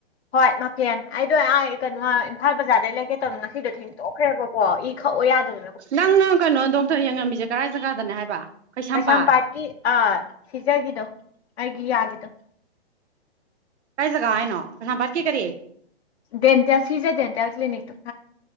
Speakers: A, on the left (about 70°); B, on the right (about 80°).
A: ꯍꯣꯏ ꯃꯄꯦꯟ ꯑꯩꯗꯣ ꯑꯥ ꯀꯩꯅꯣ ꯏꯝꯐꯥꯜ ꯕꯖꯥꯔꯗꯩ ꯂꯩꯀꯦ ꯇꯧꯅꯣ ꯉꯁꯤꯗꯣ ꯊꯦꯡꯗꯣꯛꯈ꯭ꯔꯦꯕꯧ ꯑꯣ ꯏ ꯈꯛꯑꯣ ꯌꯥꯗꯞ
B: ꯅꯪꯅ ꯀꯩꯅꯣ ꯗꯣꯛꯇꯔ ꯌꯦꯡꯉꯝꯃꯤꯖꯦ ꯀꯔꯥꯏ ꯖꯒꯥꯗꯅꯦ ꯍꯥꯏꯕ ꯀꯩꯁꯥꯝꯄꯥꯠ
A: ꯀꯩꯁꯥꯝꯄꯥꯠꯀꯤ ꯑꯥ ꯁꯤꯖꯒꯤꯗꯣ ꯑꯩꯒꯤ ꯌꯥꯒꯤꯗꯣ
B: ꯀꯥꯏ ꯖꯥꯒ ꯍꯥꯏꯅꯣ ꯀꯩꯁꯥꯝꯄꯥꯠꯀꯤ ꯀꯔꯤ
A: ꯗꯦꯟꯇꯌꯥꯁ ꯁꯤꯖ ꯗꯦꯟꯇꯦꯜ ꯀ꯭ꯂꯤꯅꯤꯛꯇꯣ